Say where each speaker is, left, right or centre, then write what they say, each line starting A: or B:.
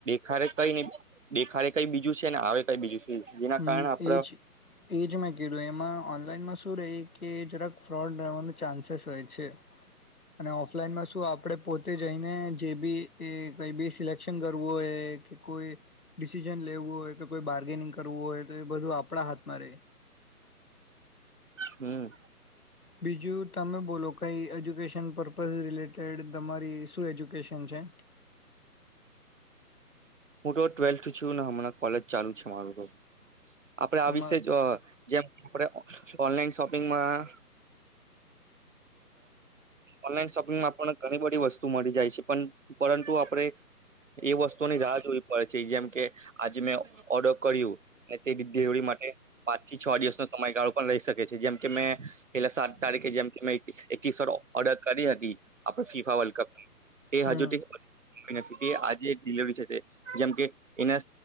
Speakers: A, on the right; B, on the left.
A: ખ કઈ ન દેખા કઈ બીજું છે ને આવે કઈ બીજું છે જેના
B: હ
A: કારણે આપડે
B: એજ એજ મેં કેું એમાં ઓફલાઈનમાં શું રહી કે જરાક ફ્રોડ રહેવાનો ચાન્સેસ હોય છે અને ઓફલાઈનમાં શું આપણે પોતે જઈને જે બી એ કઈ બી સિલેક્શન કરવું હોય કે કોઈ ડિસિજન લેવું હોય કે કોઈ બાર્ગેનિંગ કરવું હોય તો એ બધું આપણા હાથમાં ર
A: હમ
B: બીજું તમે બોલો કઈ એજ્યુકેશન પર્પઝ રિલેટેડ તમારી શું એજ્યુકેશન છે
A: હું તો ટ્વેલ્થ છું ને હમણાં કોલેજ ચાલુ છે મારું તો આપડે આ
B: તમા
A: વિશે જ જેમ આપણે ઓનલાઈન શોપિંગમાં ઓનલાઈન શોપિંગમાં ઘણી બધી વસ્તુ મળી જાય છે પણ પરંતુ આપણે એ વસ્તુની રાહ જોવી પડે છે જેમકે આજે મેં ઓર્ડર કર્યું અને તે ડિલિવરી માટે પાંચ થી છ દિવસનો સમયગાળો પણ લઈ શકે છે જેમ કે મેં પેલા સાત તારીખે જેમ મે એકસ વ ઓર્ડર કરી હતી આપ ફીફા વર્લ્ડ કપ એ
B: હમ
A: હજુથી નથી તે આજે ડિલવરી છે તે જેમ કે એના